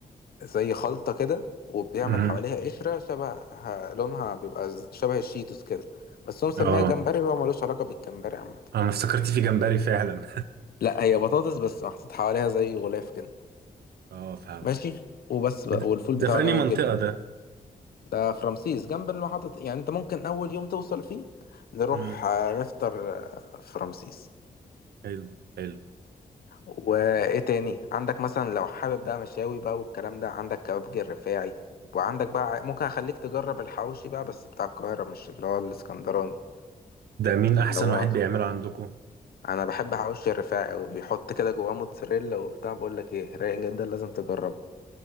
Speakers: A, on the left (about 70°); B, on the right (about 85°).
A: زي خلطه كده وبيعمل
B: امم
A: حواليها قشره شبه لونها بيبقى ز- شبه الشيتوس كده بس هو مسميها
B: اه
A: جمبري وهو ملوش علاقه بالجمبري عامه
B: انا افتكرت في جمبري فعلا
A: لا هي بطاطس بس محطوط حواليها زي غلاف كده
B: <laughs> اه فهمت
A: ماشي وبس بقى
B: ده
A: والفول
B: ده
A: بتاعه
B: في
A: جامد
B: انهي منطقه
A: جدا
B: ده
A: ده في رمسيس جنب المحطة يعني انت ممكن اول يوم توصل فيه نروح
B: امم
A: آه، نفطر آه، في رمسيس
B: حلو حلو
A: وايه تاني عندك مثلا لو حابب بقى مشاوي بقى والكلام ده عندك كبابجي الرفاعي وعندك بقى ع- ممكن اخليك تجرب الحواوشي بقى بس بتاع القاهرة مش اللي هو الاسكندراني
B: ده مين احسن
A: اللي هو
B: واحد بيعمله عندكم
A: انا بحب حواوشي الرفاعي وبيحط كده جواه موتزاريلا وبتاع بقول لك ايه رايق جدا لازم تجرب